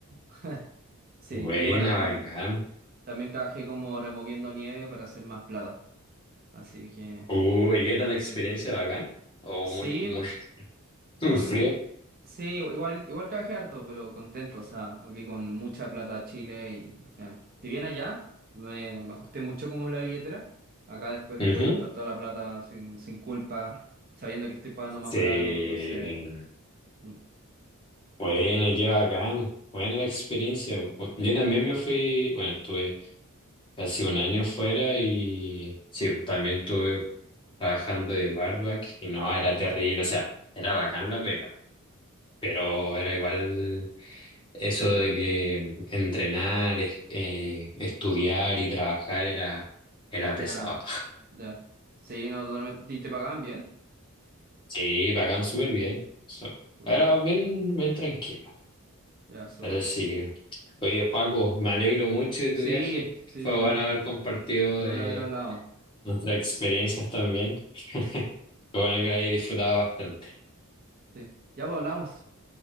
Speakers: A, on the right (about 40°); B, on the left (about 20°).
A: <laughs> sí.
B: Buena,
A: Y bueno, y
B: bacán.
A: y también trabajé como removiendo nieve para hacer más plata. Así que,
B: Uy, ¿qué tal la experiencia,
A: sí.
B: bacán? O
A: Sí,
B: muy, muy, <laughs>
A: Mm,
B: muy frío.
A: sí, igual, igual trabajé harto, pero contento, o sea, volví con mucha plata a Chile y al final, si bien allá me, me ajusté mucho como la billetera, acá después
B: Ujú.
A: pude gastar toda la plata sin, sin culpa, sabiendo que estoy pagando más
B: Sí.
A: barato, entonces, mm,
B: Bueno,
A: mm,
B: qué bacán. Buena la
A: sí.
B: experiencia. Bu- Yo también me fui, bueno, estuve casi un año fuera y sí, también estuve trabajando de barback y no, era terrible, o sea, era bacán la pega, pero era igual eso de que entrenar, es- eh, estudiar y trabajar era, era
A: Ya,
B: pesado.
A: ya. Sí, no, totalmente. ¿Y te pagaban bien?
B: Sí, pagan súper bien. So,
A: Bueno,
B: era bien, bien tranquila.
A: ya, súper.
B: Así que, oye, Joaco, me alegro mucho de
A: Sí,
B: tu viaje.
A: sí,
B: Fue
A: totalmente.
B: bueno haber compartido
A: Qué
B: de
A: bueno haber hablado.
B: nuestras experiencias también. <laughs> Fue bueno que la hayas disfrutado bastante.
A: Sí, ya pues, hablamos.